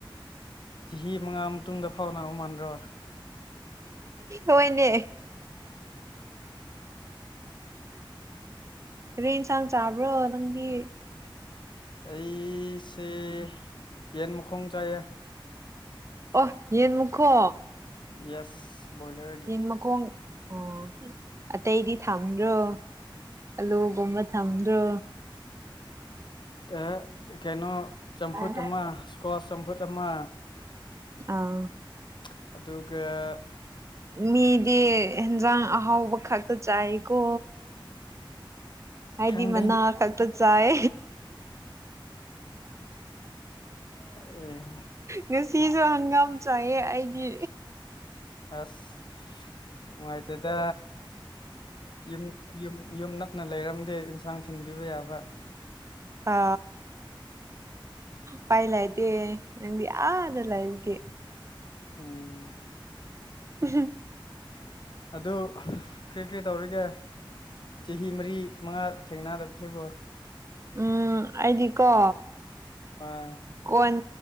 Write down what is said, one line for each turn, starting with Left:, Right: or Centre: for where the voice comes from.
Left: ꯆꯍꯤ ꯃꯉꯥ ꯃꯇꯨꯡꯗ ꯐꯥꯎꯅꯕ ꯃꯥꯟꯗ꯭ꯔꯣ
Right: ꯍꯣꯏꯅꯦ ꯔꯦ ꯌꯦꯟꯁꯥꯡ ꯆꯥꯕ꯭ꯔꯣ ꯅꯪꯗꯤ
Left: ꯑꯩꯁꯦ ꯌꯦꯟ ꯃꯈꯣꯡ ꯆꯥꯏꯌꯦ
Right: ꯑꯣ ꯌꯦꯟ ꯃꯨꯈꯣ
Left: ꯌꯦꯁ ꯕꯣꯏꯂꯔꯒꯤ
Right: ꯏꯃꯀ ꯑꯣ ꯑꯇꯩꯗꯤ ꯊꯝꯗ꯭ꯔꯣ ꯑꯂꯨꯒꯨꯝꯕ ꯊꯝꯗ꯭ꯔꯣ
Left: ꯇ ꯀꯩꯅꯣ ꯆꯝꯐꯨꯠ
Right: ꯑꯥ
Left: ꯑꯃ ꯏꯁꯀ꯭ꯋꯥꯁ ꯆꯝꯐꯨꯠ ꯑꯃ
Right: ꯑꯥ
Left: ꯑꯗꯨꯒꯒ
Right: ꯃꯤꯗꯤ ꯏꯟꯖꯥꯡ ꯑꯍꯥꯎꯕ ꯈꯛꯇ ꯆꯥꯏꯀꯣ ꯍꯥꯏꯗꯤ
Left: ꯈꯪꯗꯦ
Right: ꯃꯅꯥ ꯈꯜꯛꯇ ꯆꯥꯏ
Left: ꯑꯦ
Right: ꯉꯁꯤꯁꯨ ꯍꯪꯒꯥꯝ ꯆꯥꯏꯌꯦ ꯑꯩꯗꯤ
Left: ꯑꯁ ꯃꯥꯥꯏꯇꯦꯗ ꯌ ꯌꯨꯝ ꯌꯨꯝ ꯅꯛꯅ ꯂꯩꯔꯝꯗꯦ ꯏꯟꯁꯥꯡ ꯊꯤꯟꯕꯤꯕ ꯌꯥꯕ
Right: ꯑ ꯄꯥꯏ ꯂꯑꯇꯦ ꯅꯪꯗꯤ ꯑ ꯂꯥꯏꯟ ꯀꯦ
Left: ꯎꯝ
Right: ꯎꯝ
Left: ꯑꯗꯨ ꯀꯔꯤ ꯀꯔꯤ ꯇꯧꯔꯤꯒꯦ ꯆꯍꯤ ꯃꯔꯤ ꯃꯉꯥ ꯊꯦꯡꯅꯗꯕꯕꯁꯤꯕꯣ
Right: ꯎꯝ ꯑꯩꯗꯤꯀꯣ
Left: ꯍꯣꯏ
Right: ꯀꯣꯟ